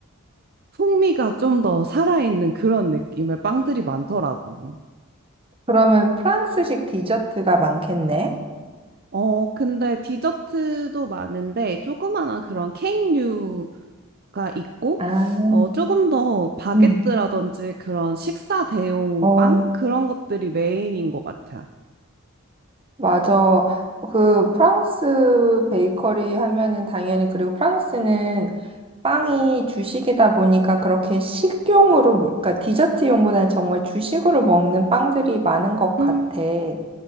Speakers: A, on the right; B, on the right.
A: 풍미가 좀 더 살아있는 그런 느낌의 빵들이 많더라고.
B: 그러면 프랑스식 디저트가 많겠네.
A: 어, 근데 디저트도 많은데 조그마한 그런 케이크류가 있고
B: 아,
A: 어, 조금 더 바게트라든지
B: 음.
A: 그런 식사 대용
B: 어,
A: 빵 그런 것들이 메인인 것 같아.
B: 맞아. 그 프랑스 베이커리 하면은 당연히 그리고 프랑스는 빵이 주식이다 보니까 그렇게 식용으로, 먹- 그러니까 디저트용보다는 정말 주식으로 먹는 빵들이 많은 것
A: 요
B: 같아. 응,